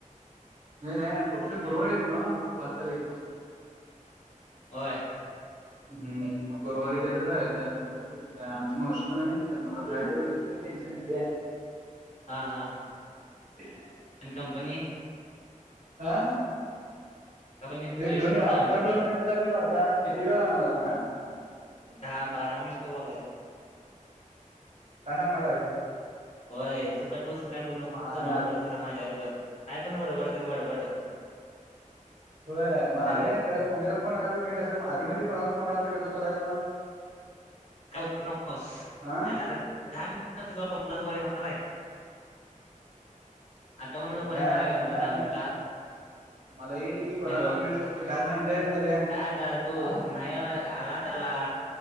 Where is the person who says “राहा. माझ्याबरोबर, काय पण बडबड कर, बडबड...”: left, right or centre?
Left